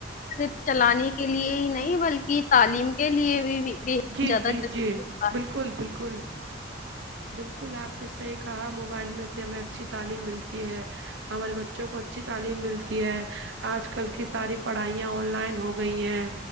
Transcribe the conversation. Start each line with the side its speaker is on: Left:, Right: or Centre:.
Left: صرف چلانے کے لیے ہی نہیں بلکی تعلیم کے لیے بھی بھی بے حد
Right: جی
Left: زیادہ
Right: جی
Left: ضروری
Right: جی
Left: ہوتا
Right: بالکل بالکل بالکل آپ نے صحیح کہا موبائل میں سے ہمیں اچھی تعلیم ملتی ہے ہمارے بچوں کو اچھی تعلیم ملتی ہے آج کل کی ساری پڑھائیاں آن لائن ہو گئی ہیں